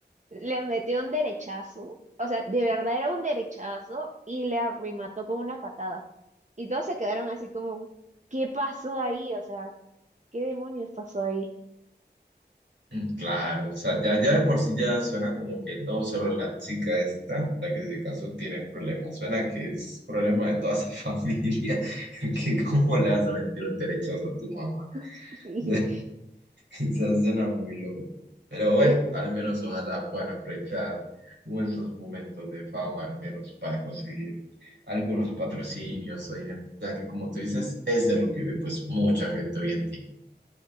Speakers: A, on the right; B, on the right.
A: le metió un derechazo, o sea, de verdad era un derechazo y le arremató con una patada. Y todos se quedaron así como, ¿qué pasó ahí? O sea, ¿qué demonios pasó ahí?
B: Mm, claro, o sea,
A: <laughs>
B: ya, ya de por sí ya suena como que no solo la chica esta, la que se casó, tiene problemas, suena que es problema de toda esa <laughs> familia, que cómo le vas a meter un derechazo a tu mamá.
A: Sí,
B: <laughs> Eso suena muy loco. Pero
A: Eh,
B: bueno, al menos ojalá puedan aprovechar esos momentos de fama, al menos para conseguir algunos patrocinios o dinero, ya que como tú dices, es de lo que vive pues mucha gente hoy en día.